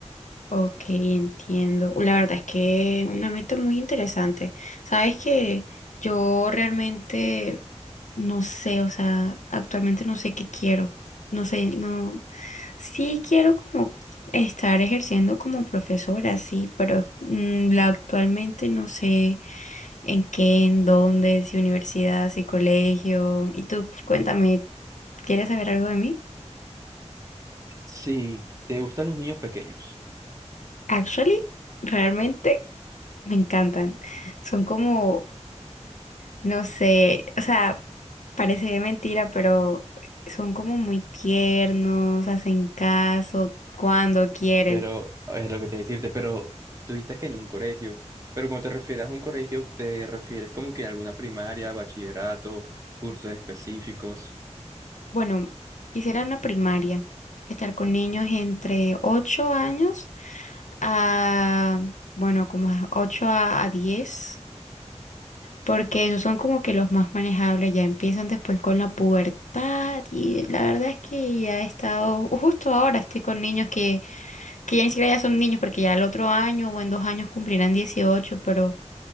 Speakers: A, on the left; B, on the right.
A: Ok, entiendo. La verdad es que una meta muy interesante. Sabes que yo realmente no sé, o sea, actualmente no sé qué quiero. No sé, no. Sí quiero como estar ejerciendo como profesora, sí, pero mm, la- actualmente no sé. ¿En qué? ¿En dónde? ¿Si universidad? ¿Si colegio? Y tú, cuéntame, ¿quieres saber algo de mí?
B: Sí, te gustan los niños pequeños,
A: Actually, realmente me encantan. Son como, no sé, o sea, parece mentira, pero son como muy tiernos, hacen caso cuando quieren.
B: Pero es lo que te decirte, pero tuviste que en un colegio, pero cuando te refieres a un colegio, te refieres como que a alguna primaria, bachillerato, cursos específicos.
A: Bueno, quisiera una primaria, estar con niños entre 8 años a, bueno, como a 8 a, a 10. porque esos son como que los más manejables, ya empiezan después con la pubertad y la verdad es que ya he estado, justo ahora estoy con niños que, que ya ni siquiera ya son niños porque ya el otro año o en dos años cumplirán dieciocho pero